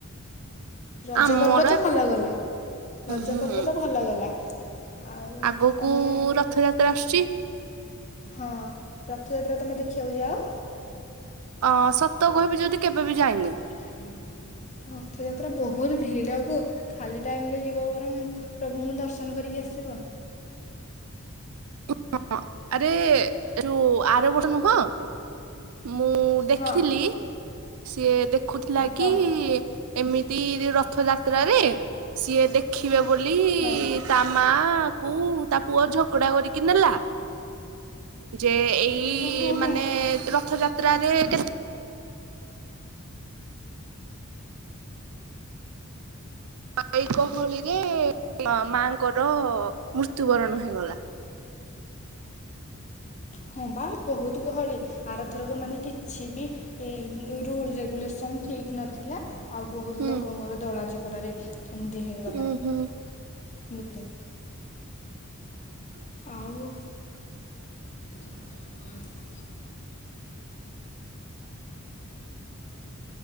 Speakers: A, on the left; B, on the right.
A: ରଜ
B: ଆମର
A: ପର୍ବ ତ ଭଲ ଗଲା। ରଜ
B: ହୁଁ
A: ପର୍ବ ତ ଭଲ ଗଲା। ଆଉ
B: ଆଗକୁ
A: ତମେ
B: ରଥଯାତ୍ରା ଆସୁଛି
A: ହଁ ରଥଯାତ୍ରା ତମେ ଦେଖିବାକୁ ଯାଅ।
B: ଅଁ ସତ କହିବି ଯଦି କେବେ ବି ଯାଇନି।
A: <unintelligible> ରଥଯାତ୍ରା ବହୁତ ଭିଡ଼କୁ ଖାଲି ଟାଇମରେ ଯିବ ବରଂ ପ୍ରଭୁଙ୍କୁ ଦର୍ଶନ କରିକି ଆସିବ।
B: ହଁ ଆରେ ରେ ଆର ବର ନୁହଁ। ମୁଁ ଦେଖିଲି
A: ହଁ
B: ସିଏ ଦେଖୁଥିଲା କି
A: ହଁ
B: ଏମିତି ରଥଯାତ୍ରାରେ ସିଏ ଦେଖିବେ ବୋଲି
A: ହଁ
B: ତା ମା କୁ ତା ପୁଅ ଝଗଡ଼ା କରିକି ନେଲା। ଯେ ଏଇ ଇ
A: ଓ ହଁ
B: ମାନେ
A: ହଁ
B: ରଥଯାତ୍ରାରେ କେ ଏଇ ଗହଳିରେ ମାଙ୍କର ମୃତ୍ୟୁବରଣ ହେଇଗଲା।
A: ହଁ ବା ବହୁତ ଗହଳି। ଆର ଥରକ ମାନେ କିଛି ବି ଏ ରୁଲ୍ ରେଗୁଲେସନ ଠିକ୍ ନଥିଲା। ଆଉ ବହୁତ
B: ହୁଁ
A: ଲୋକଙ୍କର ଦଳା ଚଗଡ଼ାରେ ଏମିତି ହେଇଗଲା।
B: ଉଁ ହୁଁ
A: ମତେ ଆଉ <unintelligible>